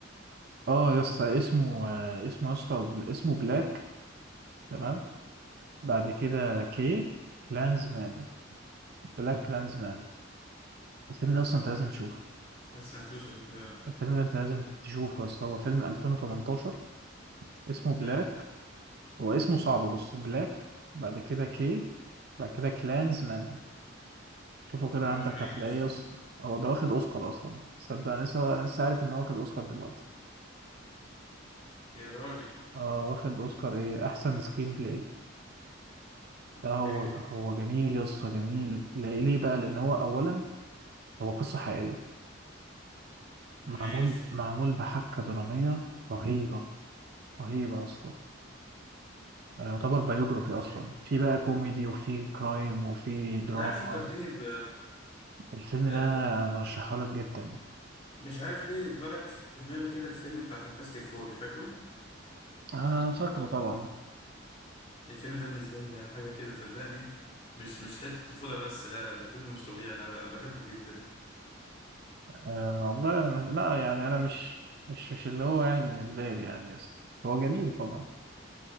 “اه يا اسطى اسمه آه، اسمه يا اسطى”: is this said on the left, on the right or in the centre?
Right